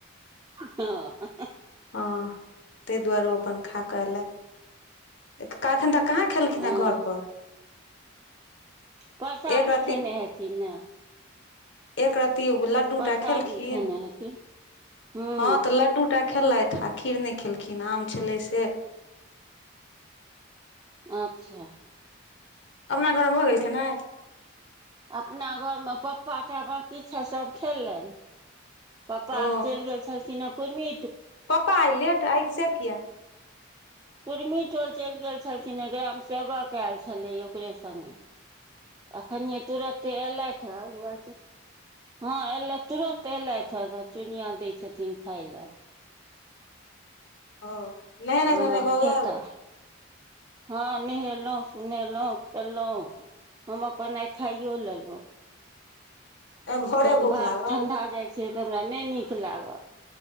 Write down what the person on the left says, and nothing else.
हँ त‌इ दुआरे ओ अपन खा कऽ अयलैत तऽ कहलखन तऽ कहाँ खेलखिन
हेँ घरपर
एक रत्ती
एक रति लड्डू
टा खेलखिन
हँ तऽ लड्डू टा खेल‌इथ आ खीर नहि खेलखिन आम छलै से
अपना घरमे भऽ गेल खेनाइ
ओ
पप्पा आइ लेट आइ से किया
ओ नहेनाय
सुनेनाय
भऽ
गेल
आइ भोरे
भूख
लागल